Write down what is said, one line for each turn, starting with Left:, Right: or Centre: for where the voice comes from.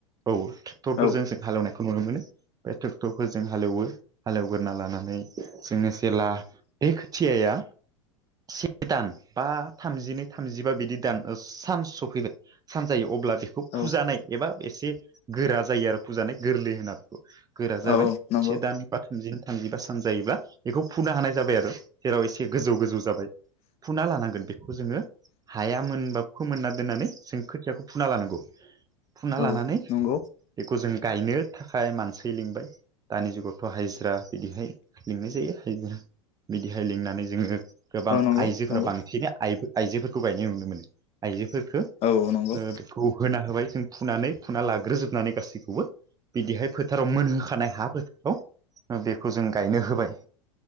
Right: औ ट्रेक्टरफोरजोंसो
Left: औ
Right: हालेवनायखौ नुनो मोनो। बे ट्रेक्टरफोरजों हालेवो हालेवगोरना लानानै जोङो जेला। बे खोथियाया। से दान बा थामजिनै थामजिबा बिदि दान सान सफैबाय। सानजायो अब्ला बेखौ
Left: औ
Right: फुजानाय एबा एसे गोरा जायो आरोफ फुजानाय गोरलै होनना बेखौ गोरा जाबाय
Left: औ औ नंगौ
Right: से दान बा थामजि थामजिबा सान जायोब्ला बेखौ फुनो हानाय जाबाय आरो जेराव एसे गोजौ गोजौ जाबाय। फुना लानांगोन बेखौ जोङो। हाया मोनबा फोमोनना दोननानै जों खोथियाखौ फुना लानांगौ। फुना
Left: औ
Right: लानानै
Left: नंगौ
Right: बेखौ जों गायनो थाखाय मानसि लिंबाय। दानि जुगावथ' हायजिरा बिदिहाय लिंनाय जायो हायजिरा बिदिहाय लिंनानै जोङो। गोबां
Left: औ नंगौ
Right: आइजोफोरा
Left: नंगौ
Right: बांसिनै आइ आइजोफोरखौ गायनाय नुनो मोनो आइजोफोरखौ।
Left: औ नंगौ
Right: बेखौ होना होबाय जों फुनानै फुना लाग्रोजोबनानै गासैखौबो। बिदिहाय फोथाराव मोनहोखानाय हा फोथाराव बेखौ जों गायनो होबाय।